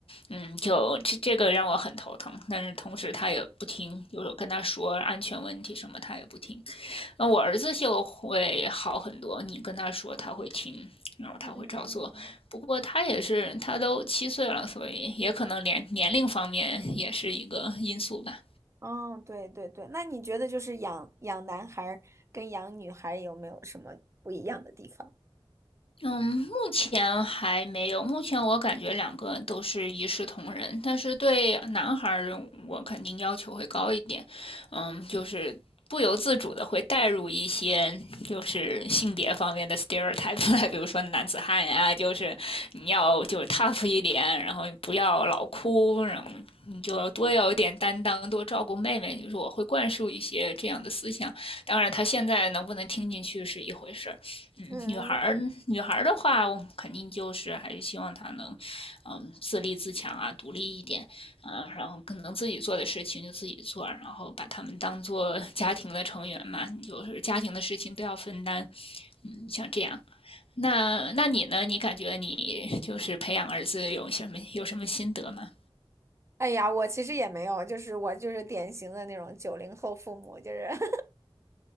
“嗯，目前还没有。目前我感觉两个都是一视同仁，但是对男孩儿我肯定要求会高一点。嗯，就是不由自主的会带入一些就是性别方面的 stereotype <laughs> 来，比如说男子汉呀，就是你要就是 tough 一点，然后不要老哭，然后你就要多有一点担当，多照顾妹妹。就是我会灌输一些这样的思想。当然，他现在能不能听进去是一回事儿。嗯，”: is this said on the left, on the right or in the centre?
Left